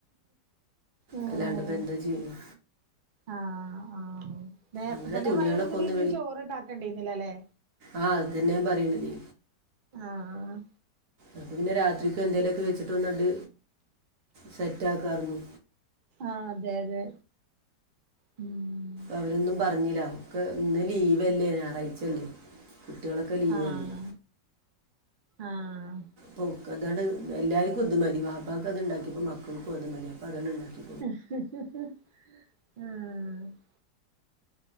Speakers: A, on the right; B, on the right.
A: ആഹ്
B: അല്ലാണ്ട് ഇപ്പ എന്താ ചെയ്ന്നെ
A: ആഹ് ആഹ് നേര്ത്ത
B: അങ്ങനെ
A: തന്നെ
B: തുണികളൊക്കെ
A: പറയാണ്ന്ന്ണ്ടേൽ
B: ഒന്ന്
A: ഇന്ന് ചോറ്ണ്ടാക്കണ്ടീന്നിലാല്ലേ.
B: ആഹ് അത് തന്നെ ഞാൻ പറിണതെ.
A: ആഹ്
B: അപ്പപിന്നെ രാത്രിക്കോന്തേലൊക്കെ വെച്ചിട്ട് ഒന്നാണ്ട് സെറ്റാക്കാരുന്നു.
A: ആഹ് അതെയതെ. മ്
B: അവരൊന്നും പറഞ്ഞില. ക്കെ ഇന്ന് ലീവല്ലേ ഞായറായ്ചല്ലേ. കുട്ട്യോളൊക്കെ ലീവല്ലേ.
A: ആഹ് ആഹ്
B: പ്പോക്കതാണ്ട് എല്ലാർക്കും ഇതുമതി ബാപ്പാക്ക് അത് ഇണ്ടാക്കിപ്പോ മക്കൾക്കും അതുമതി അപ്പൊ അതാണ്ട് ണ്ടാക്കി.
A: ആഹ്